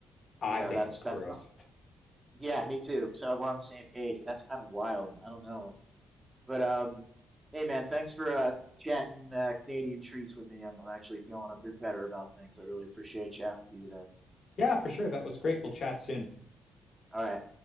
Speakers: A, on the left (about 55°); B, on the right (about 20°).
A: I
B: you know,
A: think
B: that's
A: it's gross.
B: that's not yeah, me too. So we're on the same page, but that's kind of wild. I don't know. But um hey man, thanks for uh chatting uh, Canadian treats with me. I'm I'm actually feeling a bit better about things. I really appreciate chatting with you today.
A: Yeah, for sure. That was great. We'll chat soon.
B: All right.